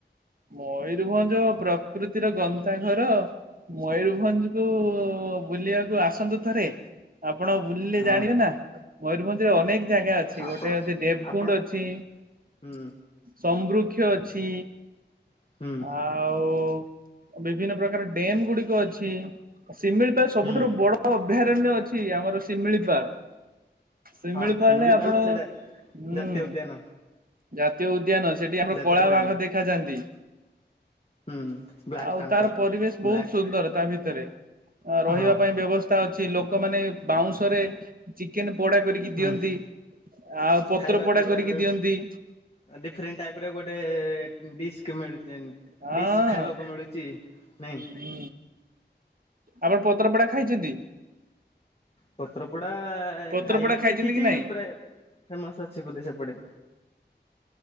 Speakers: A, on the right; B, on the left.
A: ମୟରଭଞ୍ଜ ପ୍ରକୃତିର ଗନ୍ତାଘର ମୟୂରଭଞ୍ଜ ତୁ ବୁଲିବାକୁ ଆସନ୍ତୁ ଥରେ ଆପଣ ବୁଲିଲେ
B: ହଁ
A: ଜାଣିବେ ନା ମୟୂରଭଞ୍ଜରେ ଅନେକ ଜାଗା ଅଛି
B: ଆପଣ
A: ଗୋଟେ ଅଛି ଦେବକୁଣ୍ଡ
B: ଆପଣ
A: ଅଛି।
B: ହୁଁ
A: ସମ୍ବୃକ୍ଷ ଅଛି।
B: ହୁଁ
A: ଆଉ ବିଭିନ୍ନ ପ୍ରକାର ଡେମ୍ ଗୁଡିକ ଅଛି। ଶିମିଳିପାଳ ସବୁଠାରୁ
B: ହୁଁ
A: ବଡ ହଁ ଅଭୟାରଣ୍ୟ ଅଛି ଆମର ଶିମିଳିପାଳ। ସିମିଳିପାଳ
B: ହଁ ଶିମିଳିପାଳ
A: ରେ ଆପଣ
B: ତ
A: ହୁଁ
B: ସେଇଟା ଜାତୀୟ ଉଦ୍ୟାନ
A: ଜାତୀୟ ଉଦ୍ୟାନ ସେଠି ଆମର
B: ଜାତୀୟ
A: କଳା
B: ଉଦ୍ୟାନ।
A: ବାଘ ଦେଖାଯାଆନ୍ତି।
B: ହୁଁ। ବ୍ଲାକ୍
A: ଆଉ
B: ପାନ୍ଥର
A: ତାର ପରିବେଶ ବହୁତ
B: ବ୍ଲାକ୍
A: ସୁନ୍ଦର ତା ଭିତରେ ରହିବା
B: ହଁ
A: ପାଇଁ ବ୍ୟବ ସ୍ତା ଅଛି ଲୋକମାନେ ବାଉଁଶରେ ଚିକେନ ପୋଡା କରିକି
B: ହୁଁ
A: ଦିଅନ୍ତି। ଆଉ ପତ୍ର
B: ଖାଇବା
A: ପୋଡା
B: ପିଇବା
A: କରିକି
B: ଗୋଟେ
A: ଦିଅନ୍ତି।
B: ଡିଫରେଣ୍ଟ ଟାଇପ ର ଗୋଟେ ଡିସ୍କ ମିଳୁ ଦେନ
A: ହଁ।
B: ଡିସ୍ ଖାଇବାକୁ ମିଳୁଛି ନାଇଁ।
A: ହୁଁ ଆପଣ ପତ୍ରପଡା ଖାଇଛନ୍ତି?
B: ପତ୍ରପଡା
A: ପତ୍ରପୋଡା
B: ଖାଇନି
A: ଖାଇଛନ୍ତି
B: ଦେଖିଛି
A: କି ନାଇଁ
B: ପ୍ରାୟ। ଫେମସ୍ ଅଛି ବୋଲି ସେପଟେ